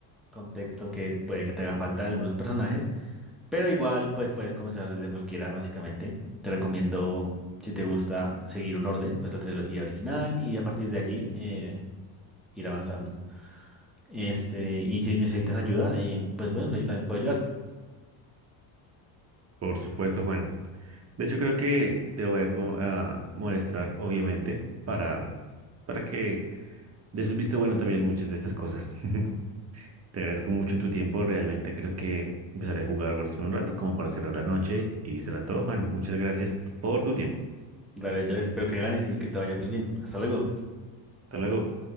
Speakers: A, in the centre; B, on the right (about 30°).
A: contexto que puede que te haga falta de algunos personajes, pero igual pues puedes comenzar desde cualquiera básicamente. Te recomiendo, si te gusta, seguir un orden, pues la trilogía original y a partir de allí eh, ir avanzando. Este, y si necesitas ayuda, eh, pues bueno, yo también puedo ayudarte.
B: Por supuesto, Juan. De hecho, creo que te voy a, co- a molestar, obviamente, para, para que des un visto bueno también en muchas de estas cosas. <laughs> Te agradezco mucho tu tiempo, realmente creo que empezaré a jugar Warzone un rato como para cerrar la noche y será todo, Juan. Muchas gracias por tu tiempo.
A: Dale, Andrés, espero que ganes y que te vaya muy bien. Hasta luego.
B: Hasta luego.